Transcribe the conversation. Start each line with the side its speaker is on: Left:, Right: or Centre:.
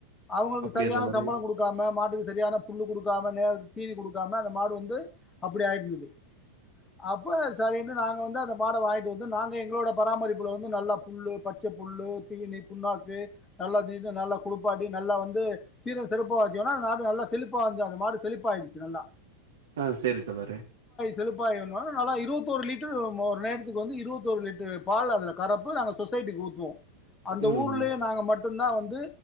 Left: அவங்களுக்கு
Right: அப்டியா
Left: சரியான
Right: தோழரே
Left: சம்பளம் கொடுக்காம மாட்டுக்கு சரியான புல்லு கொடுக்காம நேரத்துக்கு தீனி கொடுக்காம அந்த மாடு வந்து அப்படி ஆயிருந்தது அப்ப சரின்ட்டு நாங்க வந்து அந்த மாட வாங்கிட்டு வந்து நாங்க எங்களோட பராமரிப்புல வந்து நல்லா புல்லு பச்ச புல்லு தீனி புண்ணாக்கு நல்லா தேய்து நல்லா குளிப்பாட்டி நல்லா வந்து சீர செலிப்பாச்சனா நாடு நல்லா செழிப்பா அந்த மாடு செழிப்பாயிச்சு நல்லா
Right: ஆ சேரி தோழரே
Left: செலுப்பாய் வந்தயுனே நல்லா இருவத்தோரு லிட்டரு ஒரு நேரத்துக்கு வந்து இருவத்தொரு லிட்டரு பால் அதுல கரப்பு நாங்க சொசைட்டிக்கு ஊத்துவோ அந்த
Right: ம்
Left: ஊர்லேயே
Right: ம்
Left: நாங்க மட்டும் தான் வந்து